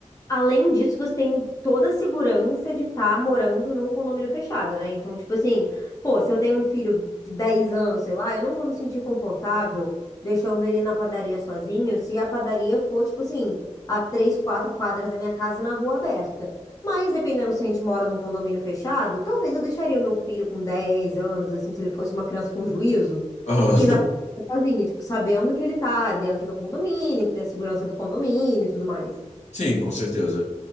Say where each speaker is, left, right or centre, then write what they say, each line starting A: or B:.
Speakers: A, on the left; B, on the left.
A: Além disso, você tem toda a segurança de estar morando num condomínio fechado, né? Então, tipo assim, pô, se eu tenho um filho de 10 anos, sei lá, eu não vou me sentir confortável deixando ele na padaria sozinho se a padaria for, tipo assim, a três, quatro quadras da minha casa na rua aberta. Mas, dependendo se a gente mora num condomínio fechado, talvez eu deixaria o meu filho com 10 anos, assim, se ele fosse uma criança com juízo,
B: Aham.
A: ir
B: <laughs>
A: na padaria sozinho, tipo, sabendo que ele tá dentro do condomínio, que tem a segurança do condomínio e tudo mais.
B: Sim, com certeza.